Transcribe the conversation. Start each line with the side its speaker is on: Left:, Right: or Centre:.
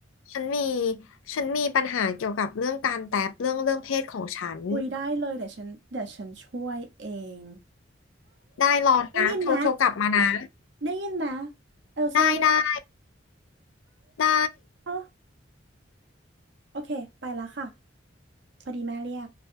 Left: ฉันมีฉันมีปัญหาเกี่ยวกับเรื่องการแตบเรื่องเรื่องเพศของฉัน
Right: อุ้ยได้เลยเดี๋ยวฉันเดี๋ยวฉันช่วยเอง
Left: ได้รอนะโทรโทรกลับมานะ
Right: ได้ยินไหมได้ยินไหมเอลซ่าเรียก
Left: ได้ได้ได้
Right: อ๋อโอเคไปแล้วค่ะพอดีแม่เรียก